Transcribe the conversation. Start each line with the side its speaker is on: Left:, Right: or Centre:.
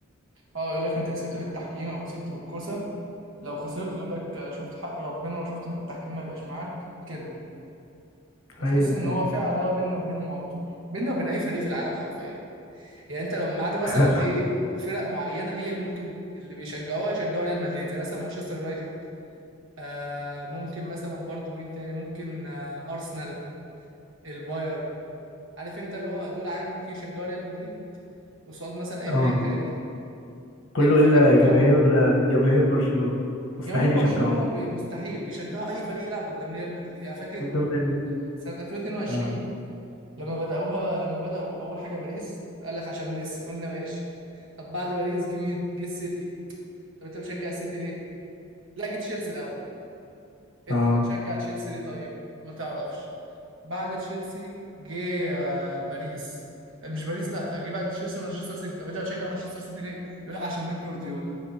Right: اه يقول لك انت كسبت بالتحكيم او كسبت بالكوسه لو خسرت يقول لك آه، شفت حق ربنا وشفت اما التحكيم ما يبقاش معاك كده بتحس
Left: هي دي
Right: ان
Left: الدنيا
Right: هو في عداوه بيننا وبينهم على طول بيننا وبين اي فريق في العالم حرفيا يعني انت لو ما عدا مثلا
Left: <laughs>
Right: ايه فرق معينه هي اللي ممكن اللي بيشجعوها يشجعوا ريال مدريد زي مثلا مانشستر يونايتد آه ممكن مثلا برضو مين تاني ممكن آه ارسنال الباير عارف انت اللي هو دول عادي ممكن يشجعوا ريال مدريد قصاد مثلا اي
Left: اه
Right: فريق تاني
Left: كله
Right: الا
Left: الا
Right: فريقهم
Left: جماهير
Right: طبعا
Left: آه، جماهير برشلونة مستحيل
Right: جماهير برشلونه
Left: يشجعوه
Right: بي مستحيل بيشجعوا اي فريق يلعب قدام ريال مدريد يعني فاكر
Left: قدام ريال مدريد
Right: سنه 2022
Left: اه
Right: لما بداوها لما بداوا اول حاجه باريس قال لك عشان ميسي قلنا ماشي طب بعد باريس جه مين جه السيتي طب انت بتشجع السيتي ليه لا جه تشيلسي الاول انت
Left: اه
Right: بتشجع تشيلسي ليه طيب ما تعرفش بعد تشيلسي جه آه، باريس مش باريس لا جه بعد تشيلسي مانشستر سيتي طب انت بتشجع مانشستر سيتي ليه يقول لك عشان بيب جوارديولا